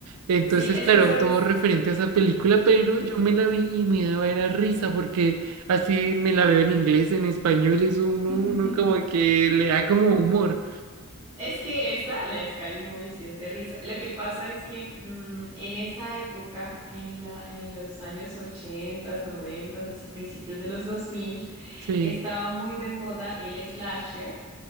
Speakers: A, on the right; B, on the right.
A: Entonces,
B: Sí, es
A: claro,
B: que sabes.
A: todo referente a esa película, pero
B: Ujú.
A: yo me la vi y me daba era risa porque Así me la veo en inglés, en español, eso uno,
B: <laughs>
A: uno como que le da como humor.
B: Es que esa, la de Scary Movie, sí es de risa. Lo que pasa es que mm, en esa época, en la, en los años 80, 90, así principios de los 2000
A: Sí.
B: estaba muy de moda el slasher.